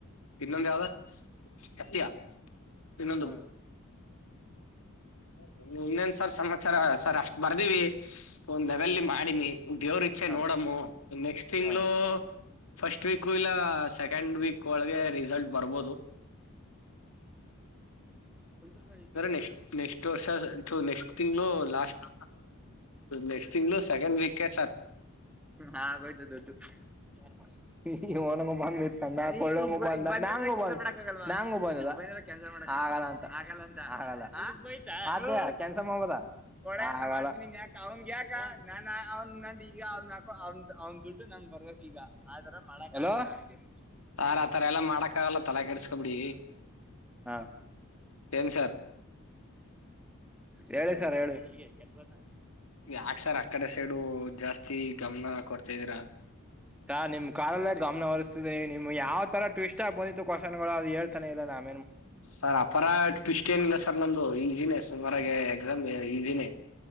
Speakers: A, on the left (about 80°); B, in the centre.
A: ಇನ್ನಂದ ಯಾವ್ದ ಎತಿಯಾ ಇನ್ನೊಂದು
B: ಹಾ
A: ಹ <unintelligible> ಇನ್ನೇನ್ ಸರ್ ಸಮಾಚಾರ ಸರ್ ಅಷ್ಟ ಬರ್ದಿವವಿ ಒಂದ್ ಲೆವೆಲ್ ಮಾಡಿನಿ ದೇವರು ಇಛೆ
B: ಹಾ
A: ನೋಡಮ್ಮ ನೆಕ್ಸ್ಟ್ ತಿಂಗ್ಗಳು
B: ಹಾ
A: ಫಸ್ಟ್ ವೀಕು ಇಲ್ಲ ಸೆಕೆಂಡ್ ವೀಕ್ ಒಳಗೆ ರಿಸಲ್ಟ್ ಬರ್ಬೋದು ಟ <unintelligible>
B: ಕೊೊಂಡ <unintelligible>
A: ನೆಕ್ಸ್ಟ್ ನೆಕ್ಸ್ಟ್ ವರ್ಷ ನೆಕ್ಸ್ಟ್ ತಿಂಗ್ಗಳು ಲಾಸ್ಟ್ ನೆಕ್ಸ್ಟ್ ತಿಂಗಂಗಳು ಸೆಕೆಂಡ್ <unintelligible> ಸೆಕೆಂಡ್ ವೀಕ್ ಸರ್
B: ಹಾಗೋಯಿತು <inaudible> ಹನಂಗ ಬಂದಟ್ ಕೊಳ್ಳಂಗ ಬ ನಂಗ ಬ ನಂಗ ಬಂದದ <unintelligible> ಕೆನ್ಸ ಮಾಡಬದ <unintelligible> ಕೊ ಯಾಕ ಅವನ್ ಯಾಕ ನಾನ ಅವನ್ ನಂದ ಈಗ ಅವಕ ಅವ ಅವ್ನ್ ದುಡ್ಡು ನಮ್ದ <unintelligible> ಬರ್ಬೇಕ ಈಗ <unintelligible>
A: ಸಾರ್ ಆತರ ಎಲ್ಲಾ ಮಾಡಕ ಆಗಲ್ಲ ತಲೆ ಕೆಡ್ಸ್ಕೊ ಬಿಡಿ
B: ಹಾ
A: ಏನ್ ಸರ್
B: ಹೇಳಿ ಸರ್ ಹೇಳಿ ಸರ್
A: ಯಾಕ್ಸಾರ್ ಆ ಕಡೆ ಸೈಡು ಜಾಸ್ತಿ ಗಮನ ಕೊಡ್ತಾ ಇದ್ದೀರಾ
B: ಸ ನಿಮ್ ಕಲ್ಲೇ ಗಮನ ಹರಿಸ್ತಿದೀಿ ನಿಮ್ ಯಾವ್ ತರ ಟೂರಿಸ್ಟ್ <unintelligible> ಇಷ್ಟ ಬಿತ್ತು ಕ್ವಶನ್ಗಳು ಅ ಹಳ್ತಾನ ಇಲ್ಲ ನಾ <unintelligible>
A: ಸರ್ ಅಪರ ಿಸ್್ಟ್ ಏನಿಲ್ಲ ಸರ್ ನಮ್ದು ಈ ದಿನೇ ಸುಮಾರಾಗ
B: ಹ್ಮ್
A: ಎಕ್ಸಾಮ್ ಈ ದಿನೇ <unintelligible>